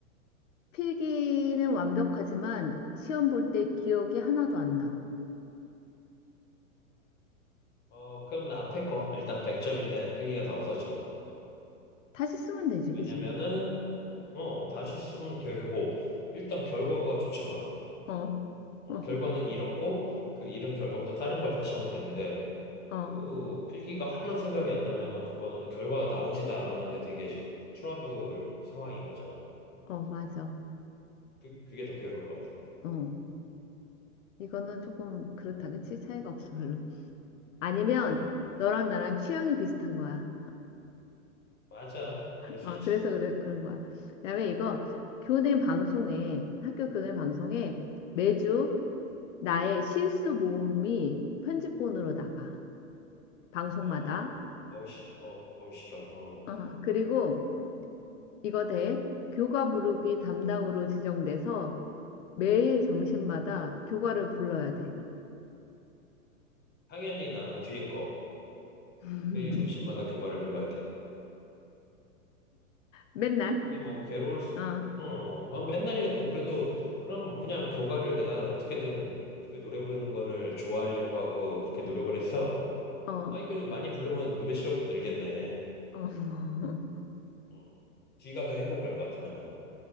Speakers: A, on the left; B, on the left.
A: 필기는 완벽하지만 시험 볼 때 기억이 하나도 안 나.
B: 어, 그러면 앞에 거. 일단 100점인데 필기가 다 없어진 거.
A: 다시 쓰면 되지,
B: 왜냐면은,
A: 그지?
B: 어, 다시 쓰면 되고, 일단 결과가 좋잖아.
A: 어,
B: 어,
A: 어,
B: 결과는 잃었고, 그 잃은 결과부터 다른 걸 다시 하면 되는데,
A: 어,
B: 그 필기가 하나도 생각이 안 나면은 그거는 결과가 나오지도 않았는데 되게 지금 트러블 상황인 거잖아.
A: 어, 맞아.
B: 그, 그게 더 괴로울 것 같아. 음,
A: 어, 이거는
B: 음.
A: 조금 그렇다, 그치? 차이가 없어, 별로. 아니면
B: 어, 어.
A: 너랑 나랑 취향이 비슷한 거야.
B: 맞아. 그럴 수
A: 아,
B: 있지
A: 그래서
B: 뭐.
A: 그래, 그런
B: 음,
A: 거야. 그다음에 이거 교내 방송에,
B: 음. 음.
A: 학교 교내 방송에 매주 나의 실수 모음이 편집본으로 나가. 방송마다.
B: 어, 어, 어우, 시, 어, 어우, 싫어. 어,
A: 어, 그리고 이거 대 교가 부르기 담당으로
B: 어,
A: 지정돼서 매일 점심마다
B: 어,
A: 교가를 불러야 돼.
B: 어. 당연히 나는 뒤에 거.
A: <laughs>
B: 매일 점심마다 교과를 불러야 돼.
A: 맨날.
B: 그게 뭐 괴로울 수,
A: 어,
B: 어, 어, 그건 맨날이어도 그래도 그럼 그냥 교과를 내가 어떻게든 그 노래 부르는 거를 좋아하려고 하고 그렇게 노력을 했어.
A: 어, 어.
B: 아이, 그리고 많이 부르면 노래 실력도 늘겠네.
A: <laughs>
B: 음. 뒤가 더 행복할 것 같아, 나는.